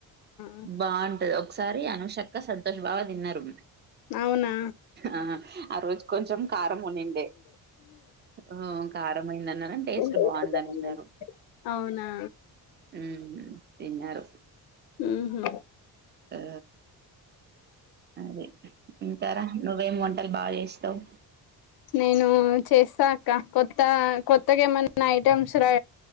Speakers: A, on the left; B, on the right.
A: ఆ
B: బాగుంటది ఒకసారి అనుషక్క సంతోషు బా దిన్నరు
A: అవునా
B: ఆ ఆ రోజు కొంచెం కారం ఉనిండే ఉమ్ ఇంకా కారంమైందనరు అన్నారు కానీ టేస్ట్
A: వేసుకున్నాను
B: బాగుందని అన్నారు
A: అవునా
B: ఉహు తినారు
A: ఉహు
B: ఆ అదే ఇంకారా నువ్వేం బాగా చేస్తావు
A: నేను చేస్తాక్క కొత్త కొత్తగా ఏమన్నా ఐటమ్స్ రా